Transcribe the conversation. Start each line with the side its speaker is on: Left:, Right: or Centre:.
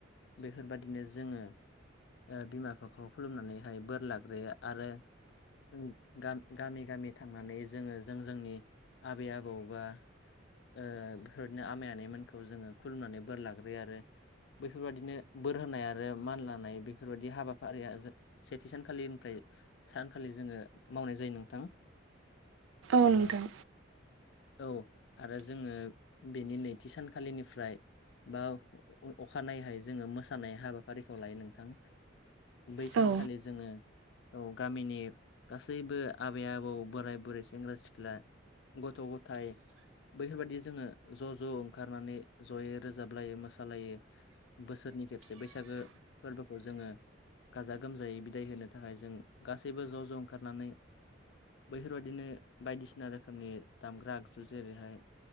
Left: बेफोरबादिनो जो ओ बिमा बिफाखौ खुलुमनानैहाय बोर लाग्रोयो आरो उ गा-गामि गामि थांनानै जोङो जों जोंनि आबै आबौ बा ओ बेफोरदिनो आमाय आनैमोनखौ जोङो खुलुमनानै बोर लाग्रोयो आरो बैफोरबादिनो बोर होनाय आर रो मान लानाय बेफोरबादि हाबाफारिया जो सेथि सानखालिनिफ्राय सानखालि जोङो मो मावनाय जायो नोंथां।
Right: औ
Left: ओस
Right: नोंथां
Left: औ आरो जोङो बेनि नैथि सानखालिनि फ्राय बा अ अ अ अ अखानायहाय जोङो मोसानाय हाबाफारिखौ लायो नोंथां। बै सानखालि
Right: औ
Left: जोङो औ गामिनि गासैबो आबै आबौ बोराय बुरैस ओ सिख्ला गथ' गथाय बैफोरबादि जोङो ज' ज' ओंखारनानै जयै रोजाबलायो मोसालायो बोसोरनि खेबसे बैसागो फोरबोखौ जोङो गाजा गोमजायै बिदाय होनो थाखाय जों गासैबो ज' ज' ओंखारनानै बैफोरबादिनो सिना रोखोमनि दामग्रा आगजु जेरैहाय